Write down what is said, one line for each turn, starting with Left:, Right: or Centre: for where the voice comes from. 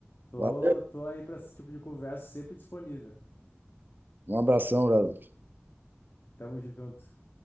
Left: Tô,
Right: Valeu.
Left: tô aí pra esse tipo de conversa sempre disponível.
Right: Um abração, garoto.
Left: Tamo junto.